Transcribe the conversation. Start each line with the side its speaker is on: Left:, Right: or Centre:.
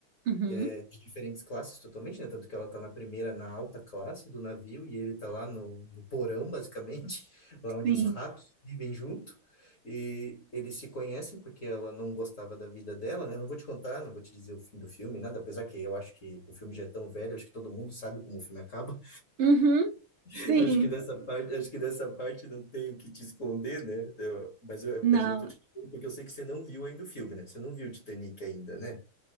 Right: uhum,
Left: é, de diferentes classes totalmente, né, tanto que ela tá na primeira, na alta classe do navio e ele tá lá no, no porão, basicamente, <laughs> lá onde
Right: Sim.
Left: os ratos vivem junto. E eles se conhecem porque ela não gostava da vida dela, né? Não vou te contar, não vou te dizer o fim do filme, nada, apesar que eu acho que o filme já é tão velho, acho que todo mundo sabe como o filme acaba.
Right: uhum.
Left: <laughs>
Right: Sim,
Left: Acho que dessa parte, acho que dessa parte não tem o que te esconder, né? Eu- mas eu,
Right: não,
Left: mas eu tô te falando porque eu sei que você não viu ainda o filme, né? Você não viu o Titanic ainda, né?